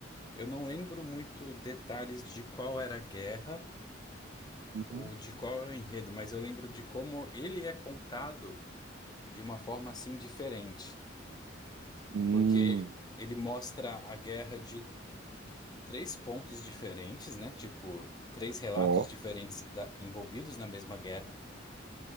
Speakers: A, on the left; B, on the right.
A: eu não lembro muito detalhes de qual era a guerra
B: Uhum.
A: ou de qual é o enredo, mas eu lembro de como ele é contado de uma forma assim diferente.
B: Hum,
A: porque ele mostra a guerra de três pontos diferentes, né? Tipo, três relatos
B: Ó,
A: diferentes da- envolvidos na mesma guerra,